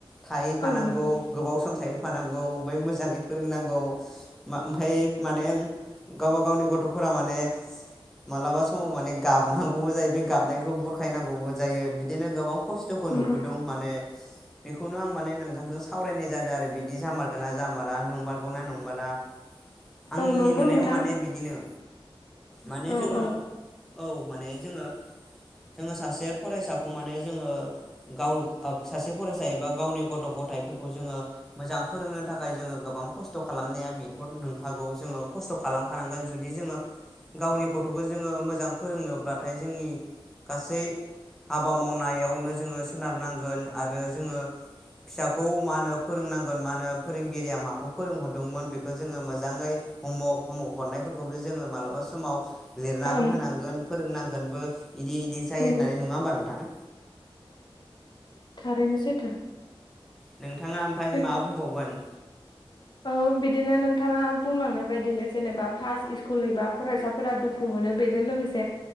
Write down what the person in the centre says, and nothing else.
थायैफानांगौ
गोबाव सम थायो थफानांगौ ओमफ्राय मोजाङै फोरोंनांगौ ओमफ्राय माने गावबा गावनि गथ'फोरा माने मालाबा समाव माने गाबनांगौबो जायो बे गाबनायखौ बुरखायनांगौबो जायो बिदिनो गोबां खस्थ'खौ
नुबोदों माने बेखौनो आं माने नोंथांजों सावरायनाय जादों आरो बिदि जामारगोना जामारा नंमारगौ ना नंमारा आंनि
नुनायाव
माने बिदिनो माने
जोङो
औ माने जोङो जोङो सासे फरायसाखौ माने जोङो गाव आप सासे फरायसा एबा गावनि गथ' गथाइफोरखौ जोङो मोजां फोरोंनो थाखाय जोङो गोबां खस्थ' खालामनाया बिथर नंखागौ जोङो खस्थ' खालामफानांगोन जुदि जोङो गावनि गथ'खौ जोङो मोजां फोरोंनोब्लाथाय जोंनि गासै हाबा मावनायावनो जोङो सोनारनांगोन आरो जोङो फिसाखौ फोरोंनांगोन मा होनो फोरोंगिरिया माखौ फोरोंहरदोंमोन बेखौ जोङो मोजाङै हमवर्क हमवर्क हरनायफोरखौबो जोङो मालाबा समाव लिरनाबो
होनां फोरोंनांगोनबो इदि इदि जायो
होननानै नङा होमबा नोंथां
नों नोंथाङा ओमफ्राय
माबा बुंबावगोन